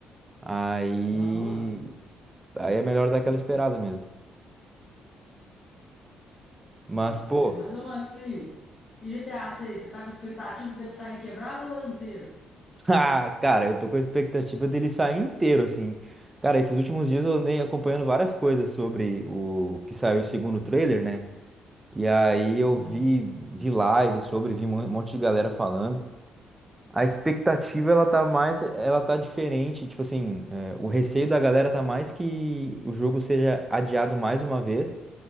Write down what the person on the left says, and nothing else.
Não, não, mano.
Bota
fé. Mas, ô, mano, e aí? E GTA 6, você tá com expectativa dele sair quebrado ou inteiro?
Aham.